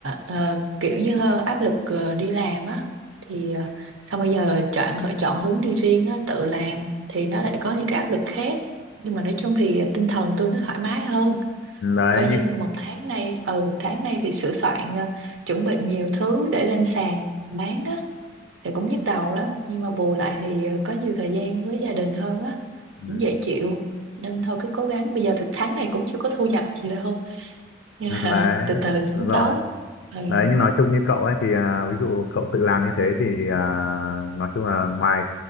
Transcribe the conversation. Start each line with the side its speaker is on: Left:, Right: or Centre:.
Right: ờ, kiểu như ờ, áp lực ờ, đi làm á thì ờ, xong bây giờ chọn chọn hướng đi riêng á tự làm thì nó lại có những cái áp lực khác nhưng mà nói chung thì tinh thần tôi nó thoải mái hơn
Left: Ừ, đấy
Right: coi
Left: như
Right: như một tháng nay ừ tháng nay thì sửa soạn ờ, chuẩn bị nhiều thứ để lên sàn bán á thì cũng nhức đầu lắm nhưng mà bù lại thì ờ, có nhiều thời gian với gia đình hơn á
Left: ừ.
Right: cũng dễ chịu nên thôi cứ cố gắng bây giờ thì tháng này cũng chưa có thu nhập gì đâu <laughs> nhưng
Left: Ừ,
Right: mà
Left: đấy
Right: từ từ
Left: đúng
Right: phấn
Left: rồi
Right: đấu ừ.
Left: đấy nhưng nói chung như cậu ấy thì à, ví dụ cậu tự làm như thế thì, thì à, nói chung là ngoài